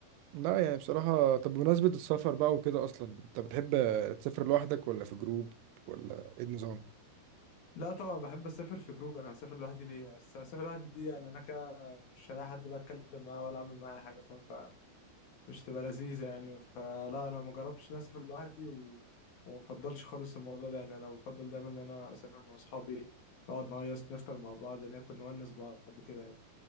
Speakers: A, on the right (about 85°); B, on the left (about 60°).
A: لا يعني بصراحة طب بمناسبة السفر بقى وكده اصلا انت بتحب تسافر لوحدك ولا في جروب ولا ايه النظام؟
B: لا طبعا بحب اسافر في جروب انا هسافر لوحدي ليه هس- هسافر لوحدي دي يعني انا كده مش هلاقي حد بقى اتكلم معاه ولا اعمل معاه أي حاجه فاهم مش تبقى لذيذة يعني فلا أنا ما جربتش إن أنا أسافر لوحدي و... وما بفضلش خالص الموضوع ده يعني أنا بفضل دايما إن أنا أسافر مع أصحابي نقعد نهيص نفطر مع بعض ناكل نونس بعض كده يعني